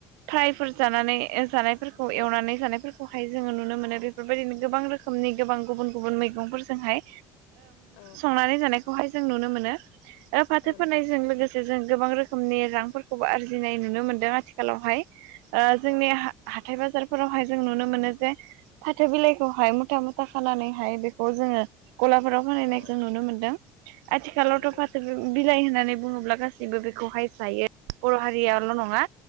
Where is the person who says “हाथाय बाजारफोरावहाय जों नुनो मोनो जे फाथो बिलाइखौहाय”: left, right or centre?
Right